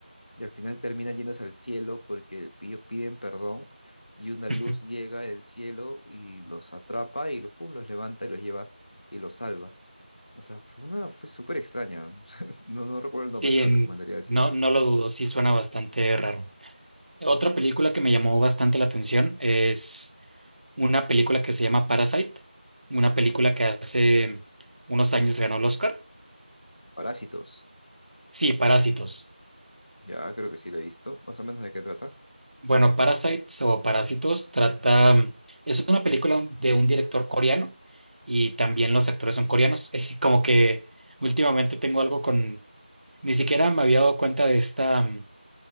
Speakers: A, on the left; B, on the right.
A: y al final termina yéndose al cielo porque pi- piden perdón. Y una luz
B: <laughs>
A: llega del cielo y los atrapa y los, ¡fum! los levanta y los lleva y los salva. O sea, fue una, fue súper extraña. <laughs> No, no recuerdo el nombre,
B: Sí,
A: te
B: en-
A: la recomendaría decir,
B: no,
A: ¿no?
B: no lo dudo, sí suena bastante raro. Otra película que me llamó bastante la atención es una película que se llama Parasite, una película que hace unos años ganó el Oscar.
A: Parásitos.
B: Sí, Parásitos.
A: Ya, creo que sí lo he visto. Más o menos de qué trata.
B: Bueno, Parasites o Parásitos trata, mm, es una película de un director coreano y también los actores son coreanos. <laughs> Eh, Como que últimamente tengo algo con, ni siquiera me había dado cuenta de esta mm,